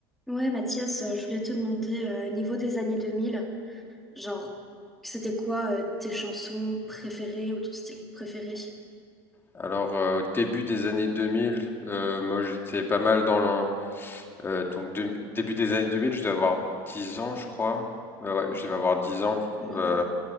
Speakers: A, in the centre; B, on the left.
A: Ouais, Mathias, euh, je voulais te demander, euh, niveau des années 2000, genre, c'était quoi euh, tes chansons préférées ou ton style préféré?
B: Alors, euh, au début des années 2000, euh, moi j'étais pas mal dans le... euh, donc, de- début des années 2000, je devais avoir 10 ans, je crois. Euh, ouais, je devais avoir 10 ans.
A: Mhm.
B: Euh,